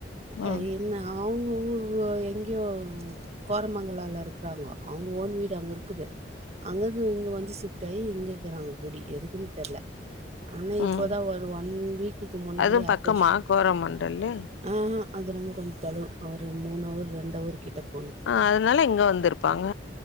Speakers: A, on the left; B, on the right.
A: ம்
B: அ என்ன அவுங்க ஊ இப்ப எங்யோ கோரமங்களால இருக்குறாங்கோ அவுங்க ஓன் வீடு அங்க இருக்குது அங்கந்து இங்க வந்து ஷிஃப்ட் ஆயி இங்க இக்குறாங்கோ குடி எதுக்குன் தெர்ல ஆனா இப்போதா
A: ம்
B: ஒரு ஒன் வீக்குக்கு முன்னாடி
A: அதுவும்
B: ஆப்ரேஷன்
A: பக்கமா கோரமண்டல்லு
B: ஆஹா அது ரொம்ப கொஞ்ச தொழுவு ஒரு மூணு அவர் ரெண்டு அவர் கிட்ட போணும்.
A: அ அதனால இங்க வந்திருப்பாங்க